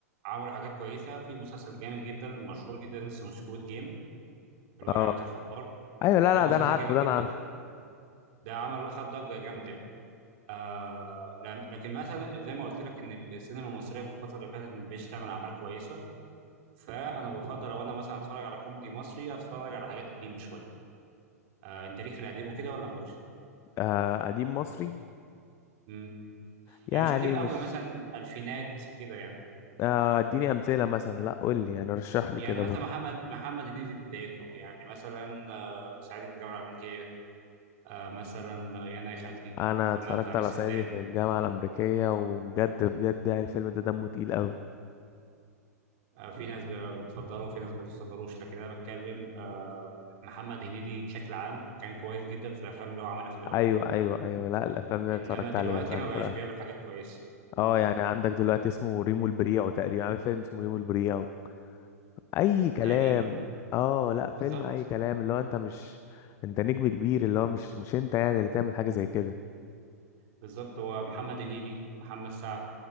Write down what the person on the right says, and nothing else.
عملوا حاجات كويسه في مسلسل جامد جدا مشهور جدا اسمه سكويد جيم اللي
هو لعبه الحبار
ده
مسلسل
جامد
جدا
ده عمل خد ضجه جامده يعني. آه لم- لكن مثلا زي ما قلت لك ان السينما المصريه في الفتره اللي فاتت ما بقتش تعمل اعمال كويسه فانا بفضل لو انا مثلا اتفرج على كوميدي مصري اتفرج على حاجات قديمه شويه آه انت ليك في القديم وكده ولا مالكش؟
مم.
يعني مش قديم قوي
مثلا الفينات كده يعني
يعني
مثلا
محمد محمد هنيدي في بدايته يعني مثلا آه صعيدي في الجامعه الامريكيه آه مثلا آه، يانا يا خالتي
همام في امستردام
آه في ناس ب- بتفضله وفي ناس ما بتفضلوش لكن انا بتكلم آه، محمد هنيدي بشكل عام كان كويس جدا في الافلام اللي هو عملها في الاول
انما
دلوقتي
ما بقاش
بيعمل حاجات كويسه مم،
تقريبا
بالظبط
بالظبط هو محمد هنيدي محمد سعد